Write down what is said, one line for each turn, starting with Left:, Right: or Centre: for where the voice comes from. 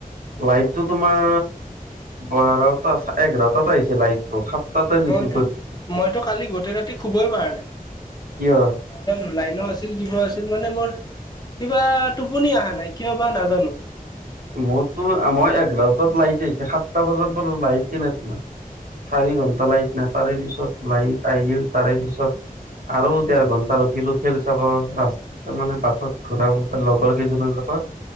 Right: লাইনটো তোমাৰ বাৰটা এঘাৰটাত আহিছে লাইন টো সাত তাতেই গৈছিল
Left: মইতো মইতো কালি গোটেই ৰাতি শুবই পৰা নাই
Right: কিয়
Left: নাজানোঁ। লাইনো আছিল কিবা আছিল মানে মোৰ কিবা টোপনি আহা নাই কিয় বা নাজানোঁ।
Right: মোৰতো মই এঘাৰটাত লাইন আহিছে সাতটা বজাৰ পৰা লাইন এ নাই তোমাৰ। চাৰি ঘন্টা লাইন‌ নাই তাৰে পিছত লাইন আহিল তাৰে পিছত। আৰু দেৰ ঘন্টা ৰখিলোঁ খেল চাব ৰাস্তা মানে বাটত ঘুৰা লগৰ কেইজনৰ লগত।